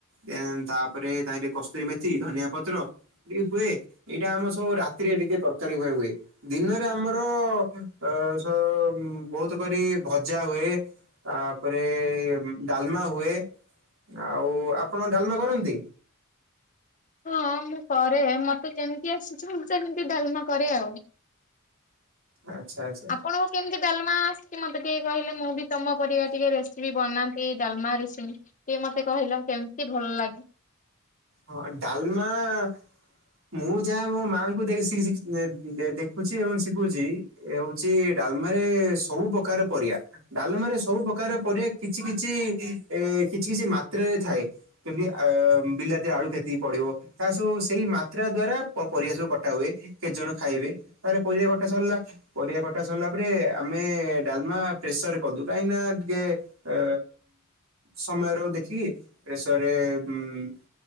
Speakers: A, on the right; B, on the left.
A: ଦେ ତାପରେ ତାରେ କସ୍ତୁରୀ ମେଥି, ଧନିଆ ପତ୍ର- - ଟେ ହୁଏ ଏଇଟା ଆମର ସବୁ ରାତିରେ ଟିକେ ତରକାରୀ ପାଇଁ ହୁଏ। ଦିନରେ ଆମର ଅ ବହୁତ କରି ଭଜା ହୁଏ। ତାପରେ ଡାଲମା ହୁଏ। ଆଉ ଆପଣ ଡାଲମା କରନ୍ତି।
B: ହଁ ମୁଁ କରେ ମତେ କେମିତି ଆସିଛି ମୁଁ ସେମିତି ଡାଲମା କରେ ଆଉ।
A: ଆଚ୍ଛା ଆଛା
B: ଆପଣଙ୍କୁ କେମିତି ଡାମା ଆସିଛି ମୋତେ ଟିକେ କହିଲେ ମୁ ବି ତମ ପରିବା ଟିକେ ରେଷ୍ଟ -- କି ବି ବନାନ୍ତି ଡାଲମା ରରେସିମ ଟିକେ ମତେ କହିଲେ କେମିତି ଭଲ ଲାଗେ?
A: ହଁ ଡାଲମା -- ମୁଁ ଯାହା ମୋ ମାଆଙ୍କୁ ଦେ ସି ସି ଦେ ଦେଖୁଛି ଏବଂ ଶିଶୁଚି। ଏ ହଉଚି ଡାଲମାରେ ସବୁ ପ୍ରକାର ପରିଆ। ଡାଲମାରେ ସବୁ ପ୍ରକାର ପରିବା କିଛି କିଛି ଏ କିଛି କିଛି ମାତ୍ରାରେ ଥାଏ। କେମତି ଅ ବିଲା -- ଆଳୁ କେତିକି ପଡିବ ତା ସବୁ ସେଇ ମାତ୍ରା ଦ୍ଵାରା ପରିବା ସବୁ କଟା ହୁଏ। କେତେ ଜଣ ଖାଇବେ ତାରେ ପରିଆ କଟା ସରିଲା। ପରିଆ କଟା ସରିଲା ପରେ ଆମେ ଡାଲମା ପ୍ରେସରରେ କରିଦୁ କାହିଁକି ଟିକେ -- ଏ ସମୟ ର ଦେଖିକି ପ୍ରେସରରେ ଉଁ --